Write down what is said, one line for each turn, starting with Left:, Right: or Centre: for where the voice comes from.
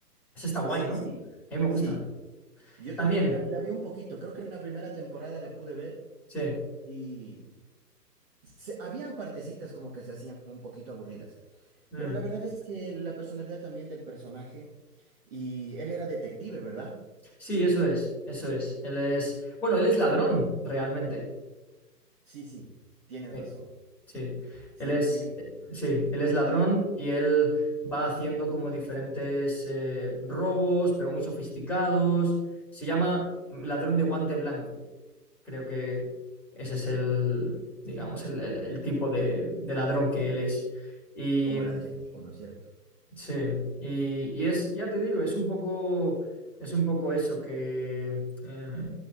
Centre: Ese está guay,
Right: sí,
Centre: ¿no?
Right: sí,
Centre: A mí me gusta.
Right: sí. Yo
Centre: También,
Right: también la, la vi un poquito, creo que en la primera temporada la pude ver
Centre: sí.
Right: y se- habían partecitas como que se hacían un poquito aburridas.
Centre: mm,
Right: Pero la verdad es que la personalidad también del personaje, y él era detective, ¿verdad?
Centre: Sí, eso es, eso es. Él es, bueno, él es ladrón realmente.
Right: Sí, sí, tienes
Centre: Sí.
Right: razón.
Centre: Sí,
Right: Sí,
Centre: él es,
Right: tiene
Centre: eh, sí, él es ladrón y él va haciendo como diferentes eh, robos, pero muy sofisticados. Se llama Ladrón de Guante Blanco. Creo que ese es el, digamos, el, el- el tipo de, de ladrón que él es. Y
Right: como el adjetivo, ¿no es cierto?
Centre: Sí, y, y es, ya te digo, es un poco, es un poco eso que, eh,